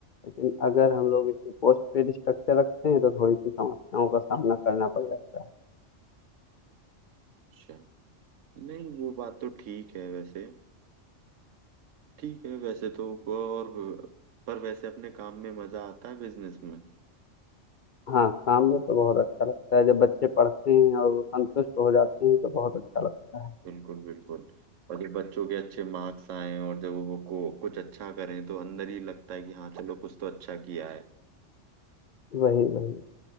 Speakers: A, on the left; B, on the right.
A: लेकिन अगर हम लोग इसमें पोस्ट पेड स्ट्रक्चर रखते हैं तो थोड़ी सी समस्याओं का सामना करना पड़ जाता है
B: उससे नहीं वो बात तो ठीक है वैसे ठीक है वैसे तो और पर वैसे अपने काम में मजा आता है बिजनेस में
A: हाँ शाम में तो बहुत अच्छा लगता है जब बच्चे पढ़ते हैं और वो संतुष्ट हो जाते हैं तो बहुत अच्छा लगता है
B: बिल्कुल बिल्कुल और जब बच्चों के अच्छे मार्क्स आए और जब वो को कुछ अच्छा करें तो अंदर ही लगता है कि हाँ चलो कुछ तो अच्छा किया है
A: वही वही